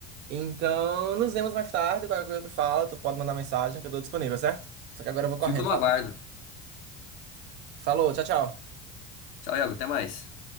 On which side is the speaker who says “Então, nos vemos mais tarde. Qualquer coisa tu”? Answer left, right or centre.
Right